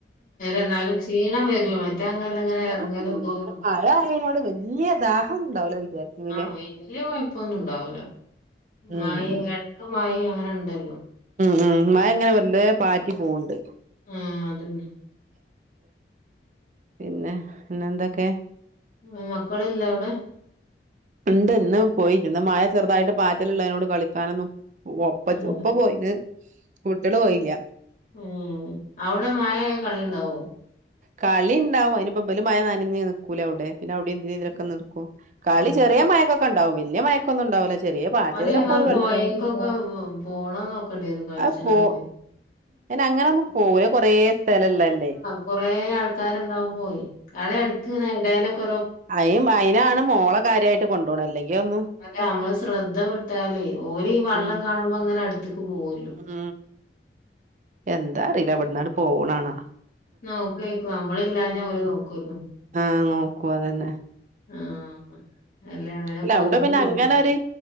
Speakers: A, on the left; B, on the right.
A: എന്നാലും ക്ഷീണം വരുമ മറ്റാങ്ങല്ല എങ്ങനെ
B: ക്ഷീണം
A: ഇറങ്ങാലും
B: വരൂല
A: പോകുന്നു
B: ഇവിടെ മഴ ആയതിനോട് വല്യ ദാഹൊന്നും ഉണ്ടാവൂല വിചാരിച്ചീനിലേ
A: ആഹ വലിയ കുഴപ്പൊന്നും ഇണ്ടാവൂല
B: ഉം
A: മഴ ഇടക്ക് മഴയും അങ്ങനെ ഉണ്ടല്ലോ
B: ഉം ഉം മഴ ങ്ങനെ വല്ലേ പാറ്റി പോവണ്ട്
A: ആഹ് അതന്നെ
B: പിന്നെ പിന്നെ എന്തൊക്കെ
A: ഉ മക്കൾ ല്ലെ അവിടെ
B: ഉണ്ട് ഇന്ന് പോയില്ല ഇന്ന് മഴ ചെറുതായിട്ട് പാറ്റലുള്ള അതിനോട് കളിക്കാനൊന്നും ഒപ്പ
A: ഏഹ്
B: ഒപ്പ പോയിന് കൂട്ടികള് പോയില്ല
A: ഉം അവിടെ മഴ ആയാൽ കളി ഉണ്ടാവോ
B: കളി ഉണ്ടാവും അതിന്പ്പൽ മഴ നനഞ്ഞു നിൽക്കൂലേ അവിടെ പിന്നെ അവിടെ എന്തിനെലൊക്കെ നിൽക്കും കളി
A: ആഹ്
B: ചെറിയ മയക്കെണ്ടും വലിയ മയക്കൊന്നും ഉണ്ടാവില്ലേ ചെറിയ <unintelligible>
A: ഓന് ആ കോയക്കൊക്കെ പോണ നോക്കേണ്ടി വരും കളിച്ചണത്
B: അപ്പോ പിന്ന അങ്ങനെ ഒന്നും പോവൂല അഹ് കൊറെ സ്ഥലല്ലല്ലേ
A: കൊറെേ ആൾക്കാരുണ്ടാവൻ പോയി അടെ എടുക്ക്നെ ഇടയിലൊക്ക
B: അയി അയിനാണ് മോളെ കാര്യായിട്ട് കൊണ്ടു പോണത് അല്ലെങ്ക ഒന്നു
A: അല്ലെ നമ്മള് ശ്രദ്ധ വിട്ടാല് ഓല ഈ വെള്ളം
B: ഉം
A: കാണുമ്പോ അങ്ങനെ അടുത്തക്ക് പോരും
B: ഉം എന്താ അറിയില്ല അവിടുന്നാട് പോണണാ
A: നോക്കേക്കും നമ്മള ഇല്ലാഞ്ഞാ
B: ഉം
A: അവര് നോക്കല്ലോ
B: ആഹ് നോക്കും അതന്നെ
A: ആഹ് അല്ലെ അങ്ങനെ
B: അല്ല
A: പോവും
B: അവിടെ പിന്നെ
A: കിട്ടും
B: അങ്ങനെ ഒരു